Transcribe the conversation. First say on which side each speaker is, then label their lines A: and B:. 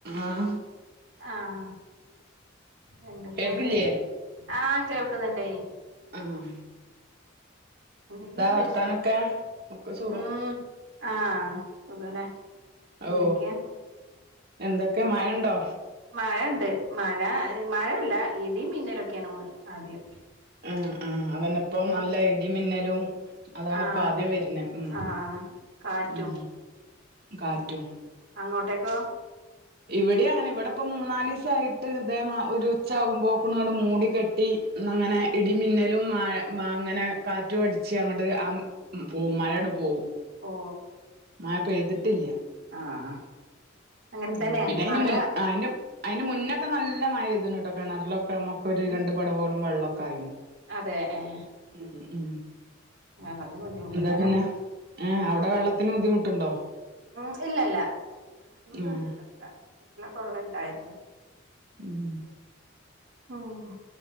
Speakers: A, on the right; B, on the right.
A: ആഹ
B: ആഹ എന്തൊക്കെണ്ട്
A: കേൾക്കില്ലേ
B: ആഹ കേൾക്കുന്നുണ്ടേ
A: ആഹ
B: എന്തൊക്കെ വിശേഷം
A: വർത്താനൊക്കെ ഒക്കെ സുഖം
B: ഉം ആഹ് സുഖല്ലേ
A: ഓ
B: എന്തൊക്കെയാ
A: എന്തൊക്കെ മയണ്ടോ
B: മഴ ഇണ്ട് മഴ മഴല്ല ഇടി മിന്നലൊക്കെണ് ആദ്യം
A: ഉം ആ അതന്നെ ഇപ്പൊ നല്ല
B: ഉം
A: ഇടിം മിന്നലും അതാണ്
B: ആഹ്
A: ഇപ്പൊ ആദ്യം വരുന്നേ ഉം
B: ആഹ് കാറ്റും
A: ഉം കാറ്റും
B: അങ്ങോട്ടേക്കോ
A: ഇവിടെം അങ്ങനെ ഇവിടെപ്പൊ മൂന്നാലീസായിട്ട് ദേ മാ ഒരു ഉച്ച ആകുമ്പോക്ക്നും ഇങ്ങട് മൂടി കെട്ടി അങ്ങനെ
B: ഉം
A: ഇടിമിന്നലും മ അങ്ങനെ കാറ്റും അടിച്ച് അങ്ങോട്ട് പോവും മഴ അട് പോവും
B: ഓ
A: മഴ പേയിതിട്ടില്ല
B: ആഹാ അങ്ങനെ
A: ഉം
B: തന്നെ
A: പിന്നെ അയിന്റെ
B: മഴ
A: മുൻ അയിന്റെ അയിന്റെ മുന്നൊക്കെ നല്ല മഴ പെയ്ത്ണ് ട്ടോ കിണറിലൊക്കെ നമ്മുക്കൊരു
B: ഉം
A: രണ്ട് പടവോളം വെള്ളൊക്കെ ആയിന്ന്
B: അതെ ഏഹ്
A: ഉം ഉം
B: വെള്ളത്തിന് ബുദ്ധിമുട്ടില്ലല്ലേ
A: എന്താ പിന്നെ ഏഹ് അവ്ടെ വെള്ളത്തിന് ബുദ്ധിമുട്ട്ണ്ടോ?
B: ഉം ഇല്ല ഇല്ല. നമ്ക്ക് വെള്ളത്തിന് ബുദ്ധിമുട്ടില്ല
A: ആഹ്
B: അങ്ങനെ. കെൻറ്റിലൊക്കെ വെള്ളണ്ടായിരുന്നു.
A: ഉംഉം
B: ആഹ്